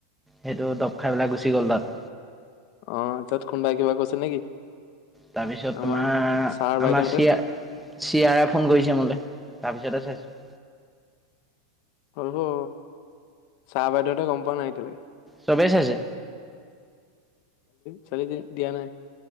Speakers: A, in the centre; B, on the left (about 45°).
A: সেইটো দব খাই পেলাই গুচি গ'ল তাত।
B: অ তাত খুন্দা কিবা কৈছে নেকি
A: তাৰপিছত
B: আমাৰ
A: তোমাৰ
B: ছাৰ বাইদেউহঁতে
A: আমাৰ চিয়া। চিয়াৰে ফোন কৰিছে মোলৈ তাৰপিছতে চাইছো।
B: হ'লগৈ ছাৰ বাইদেউহতে গম পোৱা নাই এতিয়ালৈকে।
A: ছবেই ছাইচে।
B: চলি দি দিয়ানে